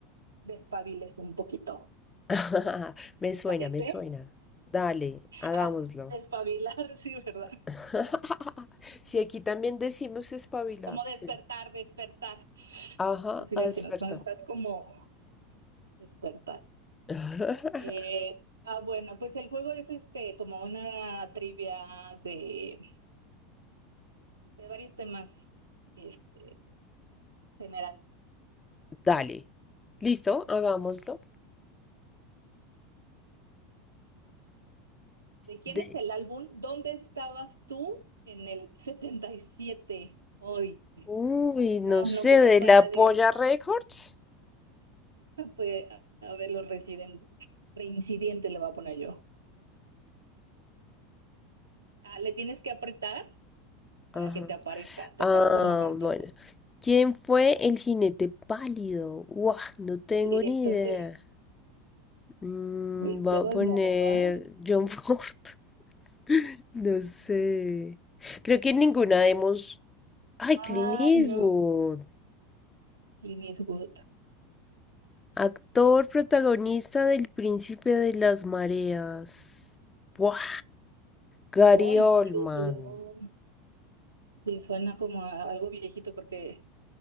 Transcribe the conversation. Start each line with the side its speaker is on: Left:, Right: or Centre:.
Right: despabiles un poquito.
Left: <laughs> Me
Right: ¿Te
Left: suena,
Right: parece?
Left: me suena. Dale, hagámoslo.
Right: A despabilar, <laughs> sí, ¿verdad?
Left: <laughs> Si aquí también decimos espabilarse.
Right: Como despertar, despertar.
Left: Ajá,
Right: Así
Left: a
Right: le
Left: despertar.
Right: decimos, cuando estás como despertar.
Left: <laughs>
Right: Eh, ah, bueno, pues el juego es este como una trivia de, de varios temas este, generales.
Left: Dale. ¿Listo? Hagámoslo.
Right: ¿De quién
Left: De...
Right: es el álbum? ¿Dónde estabas tú en el 77? Hoy.
Left: Uy, no
Right: No,
Left: sé,
Right: no conozco
Left: de la
Right: a nadie.
Left: Polla Records.
Right: <laughs> Pues, a ver, los residentes. Reincidente le voy a poner yo. Ah, le tienes que apretar para
Left: Ajá.
Right: que te aparezca. Te
Left: Ah,
Right: aparece en la amarilla.
Left: bueno. ¿Quién fue el jinete pálido? Guau, no tengo
Right: El director
Left: ni idea.
Right: de.
Left: Mm,
Right: Uy,
Left: voy
Right: Pedro
Left: a poner
Right: Almodóvar.
Left: John Ford. <laughs> No sé. Creo que ninguna hemos. Ay, Clint
Right: Ay,
Left: Eastwood.
Right: no. Clint Eastwood.
Left: Actor protagonista del Príncipe de las Mareas. Buah. Gary
Right: Uy,
Left: Oldman.
Right: Jude Law. Sí, suena como a algo viejito porque.